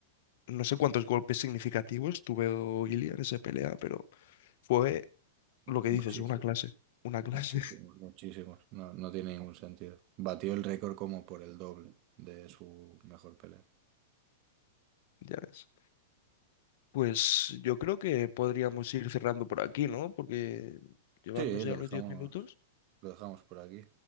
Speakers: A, on the left; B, on the right.
A: No sé cuántos golpes significativos tuvo Ilia en esa pelea, pero fue lo que
B: Muchísimo,
A: dices, una clase. Una clase,
B: muchísimo, muchísimos. No, no tiene ningún sentido. Batió el récord como por el doble de su mejor pelea.
A: <laughs> ya ves. Pues yo creo que podríamos ir cerrando por aquí, ¿no? Porque llevamos
B: Sí,
A: ya
B: lo
A: los
B: dejamos,
A: 10 minutos.
B: lo dejamos por aquí.